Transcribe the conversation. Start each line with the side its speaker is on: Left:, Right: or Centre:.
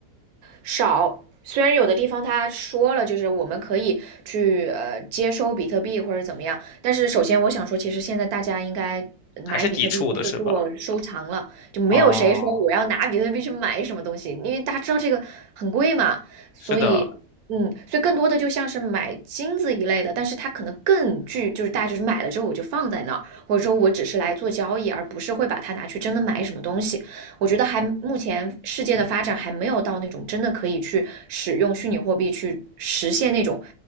Right: 少。虽然有的地方他说了，就是我们可以去呃接收比特币或者怎么样，但是首先我想说，其实现在大家应该买比特币都是做收藏了，
Left: 还是抵触的，是吧？
Right: 就没有谁说我要拿比特币去买什么东西，
Left: 哦，
Right: 因为大家知道这个很贵嘛，所以。
Left: 是的，
Right: 嗯，所以更多的就像是买金子一类的，但是它可能更具，就是大家就是买了之后我就放在那儿，或者说我只是来做交易，而不是会把它拿去真的买什么东西。我觉得还目前世界的发展还没有到那种真的可以去使用虚拟货币去实现那种